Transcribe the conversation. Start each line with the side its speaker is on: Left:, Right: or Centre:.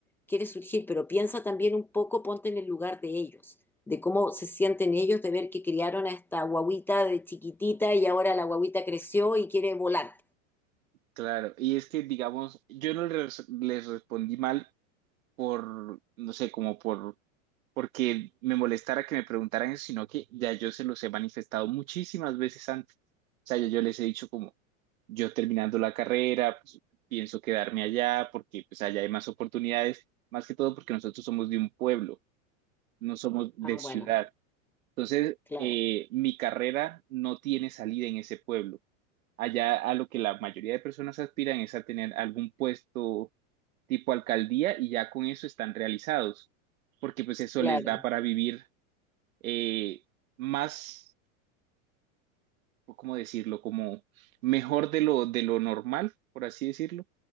Centre: quieres surgir, pero piensa también un poco, ponte en el lugar de ellos, de cómo se sienten ellos de ver que criaron a esta guaguita de chiquitita y ahora la guaguita creció y quiere volar.
Right: Claro, y es que, digamos, yo no les, les respondí mal por, no sé, como por, porque me molestara que me preguntaran eso, sino que ya yo se los he manifestado muchísimas veces antes. O sea, ya yo les he dicho como, yo terminando la carrera, pues, pienso quedarme allá porque pues allá hay más oportunidades, más que todo porque nosotros somos de un pueblo, no somos de
Centre: Ah,
Right: ciudad.
Centre: bueno,
Right: Entonces,
Centre: claro,
Right: eh, mi carrera no tiene salida en ese pueblo. Allá a lo que la mayoría de personas aspiran es a tener algún puesto tipo alcaldía y ya con eso están realizados, porque pues eso
Centre: claro,
Right: les da para vivir eh, más, o ¿cómo decirlo? Como mejor de lo, de lo normal, por así decirlo